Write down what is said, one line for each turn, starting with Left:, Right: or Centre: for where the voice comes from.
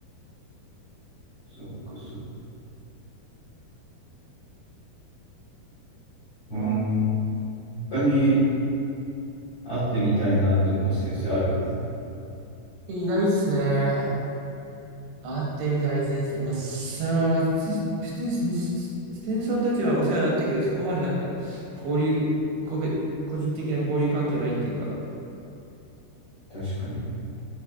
Left: そっか、そっか。うん。
Right: あ
Left: 他に会ってみたいなって思う先生ある
Right: いないっすね。会ってみたい先生。まあ、さあ、まあ、スステンスミスステンソンたちはお世話になったけど、そこまでなんか、交流、個別、個人的な交流関係ないっていうか、
Left: 確かに。